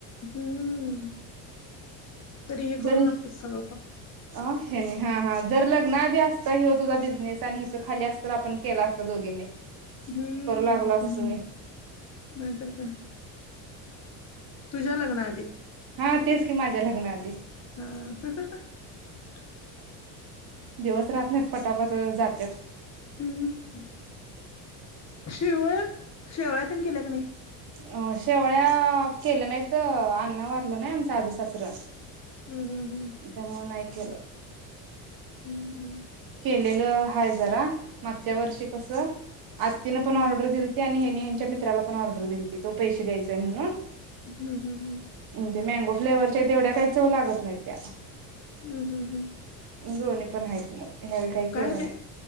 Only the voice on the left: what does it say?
हम्म. तरी हे करू
लागतेत सगळं पक्
हम्म.
हम्म्.
नाय तर काय. तुझ्या लग्नाआधी
हा.
हम्म. शिवळ शेवाळ्या तेन केल्या काय नाही?
हम्म हम्म
हम्म.
हम्म
हम्म. हम्. हम्म.
हम्म. हम्म. हम्म.
काय
रे,